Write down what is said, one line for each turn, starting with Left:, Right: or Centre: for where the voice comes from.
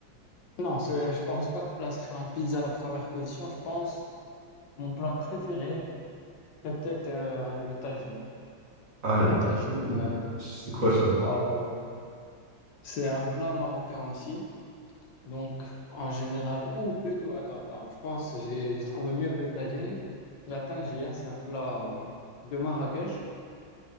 Left: Non, c'est- je pense pas que je placerai en pizza à la première position. Je pense mon plat préféré serait peut-être euh, le tagine.
Right: Ah, le
Left: En tagine,
Right: tofu.
Left: euh,
Right: C'est quoi
Left: je
Right: ça?
Left: sais pas. euh, C'est un plat marocain aussi. Donc, en général, ou plutôt, attends, attends, je pense que j'ai j'ai trouvé mieux que le tagine. C'est la tangia, c'est un plat euh, de Marrakech.